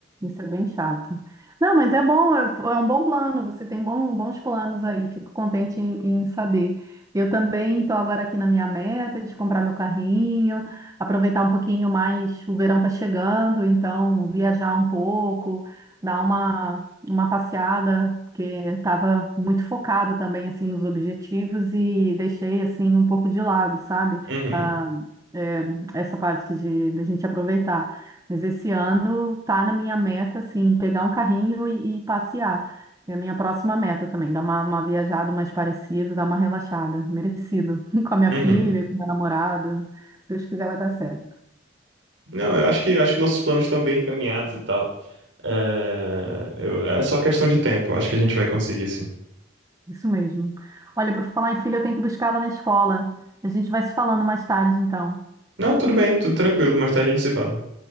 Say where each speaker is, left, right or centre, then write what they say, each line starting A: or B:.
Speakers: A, on the right (about 20°); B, on the right (about 85°).
A: isso é bem chato. Não, mas é bom, é, é um bom plano, você tem bom- bons planos aí, fico contente em, em saber. Eu também estou agora aqui na minha meta de comprar meu carrinho, aproveitar um pouquinho mais, o verão está chegando, então viajar um pouco, dar uma, uma passeada, porque estava muito focada também, assim, nos objetivos e deixei, assim, um pouco de lado, sabe?
B: Uhum,
A: Ah, é, essa parte de, da gente aproveitar. Mas esse ano tá na minha meta, assim, pegar um carrinho e, e passear. É a minha próxima meta também, dar uma, uma viajada mais parecida, dar uma relaxada, merecido. <laughs> Com a minha
B: uhum.
A: filha, com meu namorado. Se Deus quiser, vai dar certo.
B: Não, eu acho que acho que nossos planos estão bem encaminhados e tal. É, eu- é só questão de tempo. Acho que a gente vai conseguir, sim.
A: Isso mesmo. Olha, por falar em filha, eu tenho que buscá-la na escola. A gente vai se falando mais tarde, então.
B: Não, tudo bem, tudo tranquilo. Mais tarde a gente se fala.